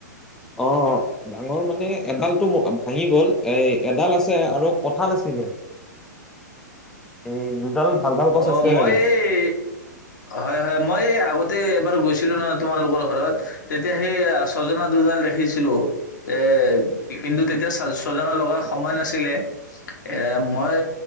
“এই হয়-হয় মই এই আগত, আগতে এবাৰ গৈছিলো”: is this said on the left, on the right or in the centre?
Left